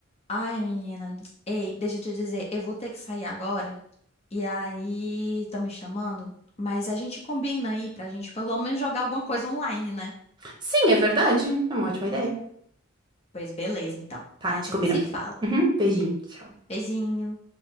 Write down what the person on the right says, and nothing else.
Sim, é verdade. É uma ótima ideia.
Tá,
te
combina.
Uhum, beijinho, tchau.